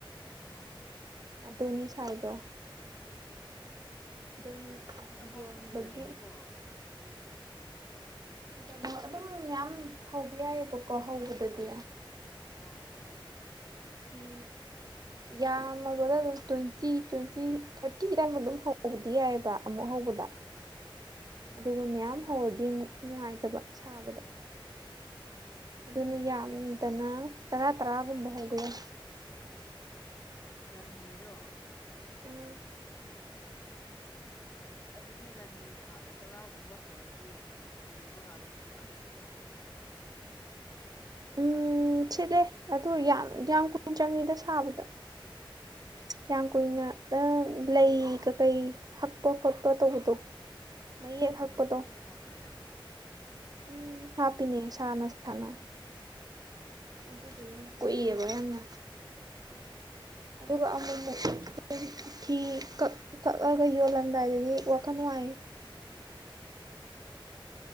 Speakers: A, on the left; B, on the right.
A: ꯑꯥ
B: ꯑꯗꯣꯅꯤ ꯁꯥꯏꯗꯣ ꯑꯗꯨꯅ
A: ꯑꯣ ꯑꯗꯨꯗꯤ ꯑꯃꯈꯛ
B: ꯌꯣꯟꯕꯒꯤ
A: ꯑꯣꯏꯔꯝꯅꯤꯀꯣ <unintelligible>
B: ꯀꯩꯅꯣ ꯑꯗꯨꯝ ꯃꯌꯥꯝ ꯍꯧꯕ ꯌꯥꯏꯑꯕꯀꯣ ꯍꯧꯕꯗꯗꯤ
A: ꯑꯥ
B: ꯐꯤ ꯌꯥꯝꯃꯕꯅ ꯑꯗꯨꯝ ꯇ꯭ꯋꯦꯟꯇꯤ ꯇ꯭ꯋꯦꯟꯇꯤ ꯊꯥꯔꯇꯤꯗꯃ ꯑꯗꯨꯝ ꯍꯧ ꯍꯧꯕꯗꯤ ꯌꯥꯏꯑꯕ ꯑꯃꯨꯛ ꯍꯧꯕꯗ
A: ꯑꯥ
B: ꯑꯗꯨꯒ ꯃꯌꯥꯝ ꯍꯧꯔꯗꯤ ꯅꯨꯡꯉꯥꯏꯇꯕ ꯁꯥꯕꯗ
A: ꯎꯝ
B: ꯑꯗꯨꯅ ꯌꯥꯝꯗꯅ ꯇꯔꯥ ꯇꯔꯥꯒꯨꯝꯕ ꯍꯧꯒꯏ
A: ꯔꯅꯤꯗꯣ
B: ꯑꯥ
A: ꯑꯁ ꯑꯗꯨꯗꯤ ꯔꯥꯅꯤ ꯇꯔꯥꯒꯨꯝꯕ ꯍꯧꯔꯗꯤ ꯌꯣꯟꯕ ꯀꯥꯟꯗꯗꯤ ꯌꯥꯝ ꯁꯤꯠꯂꯝꯒꯅꯤꯅ
B: ꯎꯝ ꯁꯤꯠꯂꯦ ꯑꯗꯨ ꯌꯥꯝ ꯌꯥꯝ ꯀꯨꯏꯟ ꯆꯪꯉꯤꯗ ꯁꯥꯕꯗ ꯌꯥꯝ ꯀꯨꯏꯅ ꯑꯗꯨꯝ ꯂꯩ ꯀꯩꯀꯩ ꯍꯛꯄ ꯈꯣꯠꯄ ꯇꯧꯕꯗꯣ ꯃꯌꯦꯛ
A: ꯑꯗꯨꯒꯨꯝꯕꯁꯨ
B: ꯍꯛꯄꯗꯣ
A: ꯂꯣꯏꯅ ꯍꯥꯞꯄ꯭ꯔ ꯅꯪꯅ
B: ꯎꯝ ꯍꯥꯞꯄꯤꯅꯦ ꯁꯥꯅ ꯁꯥꯅ
A: ꯎꯝ
B: ꯑꯗꯨꯒꯤ ꯀꯨꯏꯌꯦꯕ <unintelligible>
A: <inaudible>
B: ꯑꯗꯨꯒ ꯑꯃꯨꯛꯃꯨꯛ ꯐꯤ ꯀꯛ ꯀꯛꯑꯒ ꯌꯣꯜꯂꯝꯗꯥꯏꯗꯗꯤ ꯋꯥꯈꯜ ꯅꯨꯡꯉꯥꯏ
A: <unintelligible>